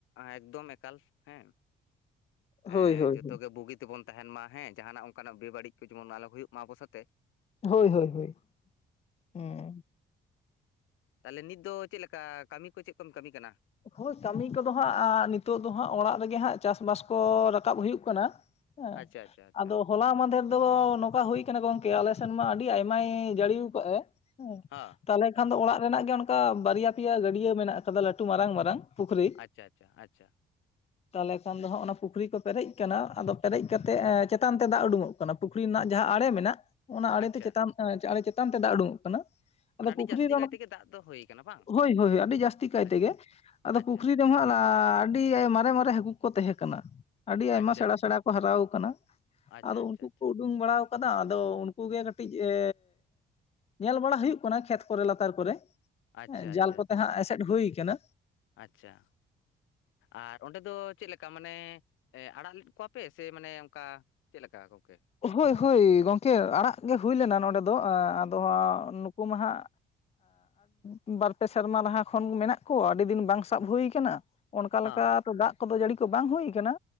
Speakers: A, on the left; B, on the left.
A: ᱮᱠᱫᱚᱢ ᱮᱠᱟᱞ ᱦᱮᱸ,
B: ᱦᱳᱭ
A: ᱮ
B: ᱦᱳᱭ
A: ᱡᱚᱛᱚ
B: ᱦᱳᱭ
A: ᱜᱮ ᱵᱩᱜᱤ ᱛᱮᱵᱚᱱ ᱛᱟᱦᱮᱸᱱ ᱢᱟ ᱦᱮᱸ ᱡᱟᱦᱟᱱᱟᱜ ᱚᱱᱠᱟᱱᱟᱜ ᱵᱮ-ᱵᱟᱹᱲᱤᱡ ᱠᱚ ᱡᱮᱢᱚᱱ ᱟᱞᱚ ᱦᱩᱭᱩᱜ ᱢᱟ ᱟᱵᱚ ᱥᱟᱜ-ᱛᱮ᱾
B: ᱦᱳᱭ ᱦᱳᱭ ᱦᱳᱭ ᱮ
A: ᱛᱟᱦᱚᱸᱞᱮ ᱱᱤᱛ ᱫᱚ ᱪᱮᱫ ᱞᱮᱠᱟ ᱠᱟᱹᱢᱤ ᱠᱚ ᱪᱮᱫ ᱠᱚᱢ ᱠᱟᱹᱢᱤ ᱠᱟᱱᱟ᱾
B: ᱦᱳᱭ ᱠᱟᱹᱢᱤ ᱠᱚᱫᱚ ᱦᱟᱸᱜ-ᱟ ᱱᱤᱛᱚᱜ ᱫᱚ ᱦᱟᱸᱜ ᱚᱲᱟᱜ ᱨᱮᱜᱮ ᱦᱟᱸᱜ ᱪᱟᱥ ᱵᱟᱥ ᱠᱚ ᱨᱟᱠᱟᱵᱽ ᱦᱩᱭᱩᱜ ᱠᱟᱱᱟ᱾ ᱦᱮᱸ
A: ᱟᱪᱪᱷᱟ ᱟᱪᱪᱷᱟ ᱟᱪᱪᱷᱟ
B: ᱟᱫᱚ᱾ ᱦᱚᱞᱟ ᱢᱟᱫᱷᱮᱨ ᱫᱚ ᱱᱚᱝᱠᱟ ᱦᱩᱭ ᱟᱠᱟᱱᱟ ᱜᱚᱝᱠᱮ ᱟᱞᱮᱥᱮᱱ ᱢᱟ ᱟᱹᱰᱤ ᱟᱭᱢᱟᱭ ᱡᱟᱹᱲᱤ ᱟᱠᱟᱫ ᱮ᱾
A: ᱦᱮᱸ
B: ᱛᱟᱦᱚᱸᱞᱮ
A: ᱦᱮᱸ
B: ᱠᱷᱟᱱ ᱫᱚ ᱚᱲᱟᱜ ᱨᱮᱱᱟᱜ ᱜᱮ ᱚᱱᱠᱟ ᱵᱟᱨᱭᱟ ᱯᱮᱭᱟ ᱜᱟᱹᱰᱭᱟᱹ ᱢᱮᱱᱟᱜ ᱠᱟᱫᱟ ᱞᱟᱴᱩ ᱢᱟᱨᱟᱝ ᱢᱟᱨᱟᱝ᱾ ᱯᱩᱠᱷᱨᱤ,
A: ᱟᱪᱪᱷᱟ ᱟᱪᱪᱷᱟ <inaudible>
B: ᱛᱟᱦᱚᱸᱞᱮ ᱠᱷᱟᱱ ᱫᱚ ᱦᱟᱸᱜ ᱚᱱᱟ ᱯᱩᱠᱷᱨᱤ ᱠᱚ ᱯᱮᱨᱮᱡ ᱟᱠᱟᱱᱟ, ᱟᱫᱚ ᱯᱮᱨᱮᱡ ᱠᱟᱛᱮᱜ ᱮ ᱪᱮᱛᱟᱱ ᱛᱮ ᱫᱟᱜ ᱩᱰᱩᱠᱚᱜ ᱠᱟᱱᱟ᱾ ᱠᱟᱱᱟ ᱯᱩᱠᱷᱨᱤ ᱨᱮᱱᱟᱜ ᱡᱟᱦᱟᱸ ᱟᱲᱮ ᱢᱮᱱᱟᱜ, ᱚᱱᱟ ᱟᱲᱮ
A: ᱟᱪᱪᱷᱟ
B: ᱛᱮ ᱪᱮᱛᱟᱱ ᱟᱲᱮ ᱪᱮᱛᱟᱱ ᱛᱮ ᱫᱟᱜ ᱩᱰᱩᱝ ᱚᱜ ᱠᱟᱱᱟ᱾
A: ᱢᱟᱱᱮ
B: ᱟᱫᱚ
A: ᱟᱹᱰᱤ
B: ᱯᱩᱠᱷᱨᱤ
A: ᱡᱟᱹᱥᱛᱤ
B: ᱨᱚᱲ
A: ᱠᱟᱭ ᱛᱮᱜᱮ ᱫᱟᱜ ᱫᱚ ᱦᱩᱭ ᱟᱠᱟᱱᱟ ᱵᱟᱝ
B: ᱦᱳᱭ ᱦᱳᱭ ᱟᱹᱰᱤ ᱡᱟᱹᱥᱛᱤ ᱠᱟᱭ
A: ᱟᱪᱪᱷᱟ
B: ᱛᱮᱜᱮ᱾ ᱟᱫᱚ
A: ᱟᱪᱪᱷᱟ
B: ᱯᱩᱠᱷᱨᱤ ᱦᱚᱸ ᱟᱞᱟᱻ ᱟᱹᱰᱤ ᱢᱟᱨᱮ ᱢᱟᱨᱮ ᱦᱟᱹᱠᱩ ᱠᱚ ᱠᱚ ᱛᱟᱦᱮᱸᱠᱟᱱᱟ ᱟᱹᱰᱤ ᱟᱭᱢᱟ
A: ᱟᱪᱪᱷᱟ
B: ᱥᱮᱲᱟ ᱥᱮᱲᱟ ᱦᱟᱨᱟᱣ ᱟᱠᱟᱱᱟ
A: ᱟᱪᱪᱷᱟ ᱟᱪᱪᱷᱟ
B: ᱟᱫᱚ
A: ᱟᱪᱪᱷᱟ
B: ᱩᱱᱠᱩ ᱩᱰᱩᱝ ᱵᱟᱲᱟᱣ ᱠᱟᱫᱟ ᱟᱫᱚ ᱩᱱᱠᱩ ᱜᱮ ᱠᱟᱹᱴᱤᱡ ᱮ ᱧᱮᱞ ᱵᱟᱲᱟ ᱦᱩᱭᱩᱜ ᱠᱟᱱᱟ ᱠᱷᱮᱛ ᱠᱚᱨᱮ ᱞᱟᱛᱟᱨ ᱠᱚᱨᱮᱸ,
A: ᱟᱪᱪᱷᱟ ᱟᱪᱪᱷᱟ
B: ᱡᱟᱞ ᱠᱚᱛᱮ
A: ᱟᱪᱪᱷᱟ
B: ᱦᱟᱸᱜ ᱮᱥᱮᱫ ᱦᱩᱭ ᱠᱟᱱᱟ᱾
A: ᱟᱪᱪᱷᱟ, ᱟᱨ ᱚᱸᱰᱮ ᱫᱚ ᱪᱮᱫᱞᱮᱠᱟ᱾ ᱢᱟᱱᱮ ᱟᱲᱟᱜ ᱞᱮᱫ ᱠᱚᱣᱟ ᱯᱮ ᱥᱮ ᱢᱟᱱᱮ ᱚᱱᱠᱟ ᱪᱮᱫ ᱞᱮᱠᱟ ᱜᱚᱝᱠᱮ᱾
B: ᱦᱳᱭ ᱦᱳᱭ ᱜᱚᱢᱠᱮ ᱟᱲᱟ ᱜᱮ ᱦᱩᱭ ᱞᱮᱱᱟ ᱱᱚᱸᱰᱮ ᱫᱚ ᱟᱫᱚ ᱱᱩᱠᱩ ᱢᱟ ᱦᱟᱜ ᱵᱟᱨᱯᱮ ᱥᱮᱨᱢᱟ ᱞᱟᱦᱟ ᱠᱷᱚᱱ ᱢᱮᱱᱟᱜ ᱠᱚᱣᱟ ᱟᱹᱰᱤ ᱫᱤᱱ ᱵᱟᱝ ᱥᱟᱵ ᱦᱩᱭ ᱟᱠᱟᱱᱟ᱾ ᱚᱱᱠᱟ
A: ᱦᱟᱸ
B: ᱞᱮᱠᱟ ᱛᱚ ᱫᱟᱜ ᱠᱚᱫᱚ ᱡᱟᱹᱲᱤ ᱠᱚ ᱵᱟᱝ ᱦᱩᱭᱩ ᱠᱟᱱᱟᱟᱱᱟ